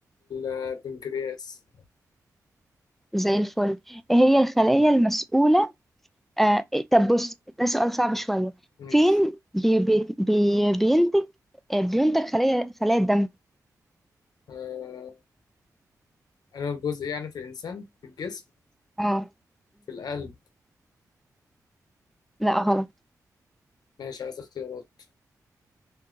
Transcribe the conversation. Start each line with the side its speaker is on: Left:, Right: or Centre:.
Left: البنكرياس
Centre: زي الفل ايه هي الخلايا المسؤولة آه... إيه- طب بص ده سؤال صعب شوية
Left: ماشي
Centre: فين بي... بي... بي... بينتج آه، بينتج خلايا خلايا الدم
Left: آه أنا الجزء يعني في الإنسان في الجسم
Centre: اه
Left: في القلب
Centre: لا غلط
Left: ماشي عايز اختيارات